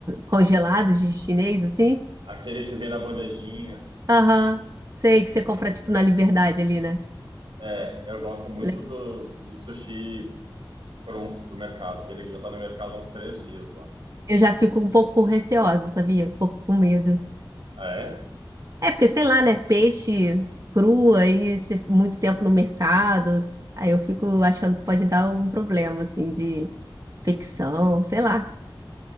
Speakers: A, on the right (about 40°); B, on the right (about 75°).
A: congelados de chinês, assim?
B: Aquele que vem na bandejinha.
A: Aham. Sei que você compra tipo na Liberdade ali, né?
B: É, eu gosto muito
A: Le-
B: do, de sushi pronto do mercado, aquele que já tá no mercado há uns três dias lá.
A: Eu já fico um pouco receosa, sabia? Um pouco com medo.
B: Ah, é?
A: É porque, sei lá, né? Peixe cru aí, se- muito tempo no mercado, aí eu fico achando que pode dar algum problema, assim, de ficção, sei lá.